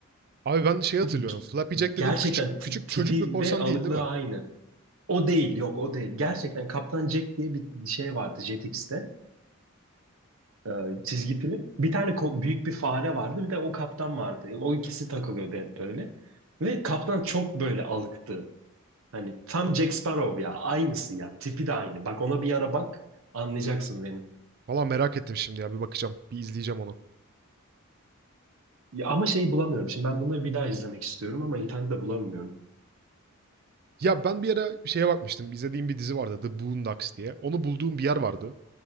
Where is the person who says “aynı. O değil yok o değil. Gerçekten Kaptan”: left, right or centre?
Right